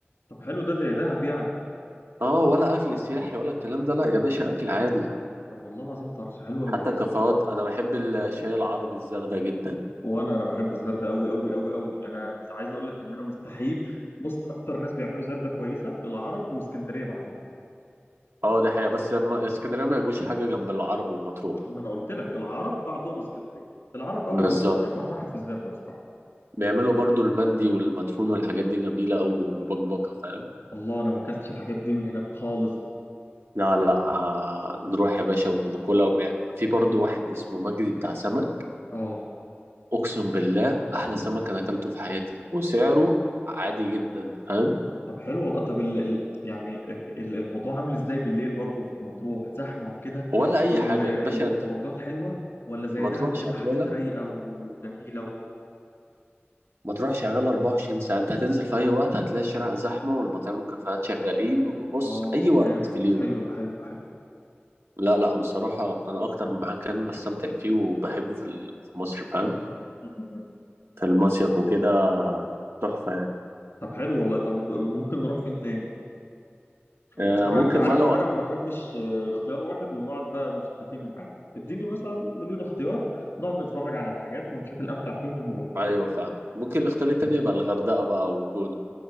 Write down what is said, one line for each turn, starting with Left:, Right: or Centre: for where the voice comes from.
Left: طب حلو ده زي دهب يعني
Right: اه ولا أكل سياحي ولا الكلام ده لا يا باشا أكل عادي
Left: طب والله العظيم طرش حلو قوي
Right: حتى الكافيهات أنا بحب الشاي العربي الزردة جدا
Left: وانا انا بحب الزردة قوي قوي قوي قوي انا انا عايز اقول لك ان انا مستحيل بص اكتر ناس بيعملوا زردة كويسه العرب واسكندريه بعدهم
Right: اه دي حقيقة بس ما- اسكندرية ما يجوش حاجة جنب العرب ومطروح
Left: ما انا قلت لك العرب بعدهم اسكندريه العرب اول
Right: بالظبط
Left: واحد رقم واحد في الزردة بصراحه
Right: بيعملوا برضو المندي والمدفون والحاجات دي جميلة أوي والمبكبكة فاهم
Left: الله انا ما اكلتش الحاجات دي من هناك خالص
Right: لا لا آه نروح يا باشا وناكلها وبيع. في برضو واحد اسمه مجدي بتاع سمك
Left: اه
Right: أقسم بالله أحلى سمك أنا أكلته في حياتي وسعره عادي جدا فاهم
Left: طب حلو والله طب ال... ال... يعني ال- الموضوع عامل ازاي بالليل برضه في مطروح زحمه وكده
Right: ولا أي
Left: و...
Right: حاجة باشا
Left: وخروجات
Right: أنت
Left: حلوه ولا زي
Right: ما
Left: دهب
Right: تروح شغالة
Left: كده حاجات رايقه وجميله و...
Right: ما تروح شغالة 24 ساعة أنت هتنزل في أي وقت هتلاقي الشارع زحمة والمطاعم والكافيهات شغالين وبص
Left: اه
Right: أي وقت
Left: جامد
Right: في اليوم
Left: حلو حلو حلو
Right: لا لا بصراحة أنا أكتر مكان بستمتع فيه وبحبه في ال- في مصر فاهم
Left: م- م.
Right: في المصيف وكده تحفة يعني
Left: طب حلو والله طب ممكن نروح فين تاني
Right: آه،
Left: بس انا
Right: ممكن
Left: انت عارف
Right: بقى لو
Left: ان انا ما بحبش آه، اختيار واحد ونقعد بقى مشتتين معاه اديني مثلا مليون اختيار نقعد نتفرج على الحاجات ونشوف الامتع فيهم ونروح
Right: أيوة فاهم ممكن الاختيار التاني يبقى الغردقة بقى والجونة